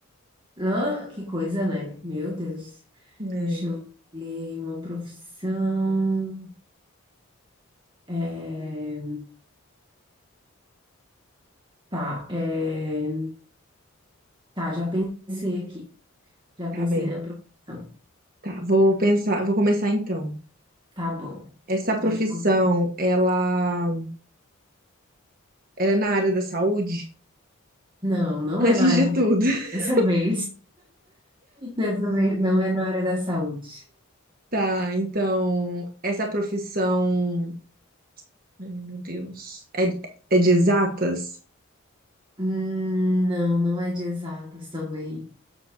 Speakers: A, on the right; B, on the right.
A: Ah, que coisa, né? Meu Deus.
B: <laughs> é,
A: Deixa eu ver uma profissão. É, tá, é, tá, já pensei aqui. Já pensei
B: tá bem.
A: na profissão.
B: Tá, vou pensar, vou começar então.
A: Tá bom.
B: Essa profissão,
A: Pode começar.
B: ela, ela é na área da saúde?
A: Não,
B: <laughs>
A: não
B: Antes
A: é na área
B: de tudo. <laughs>
A: dessa vez. Dessa vez não é na área da saúde.
B: Tá, então, essa profissão, ai, meu Deus, é, é de exatas?
A: Hum, não, não é de exatas também.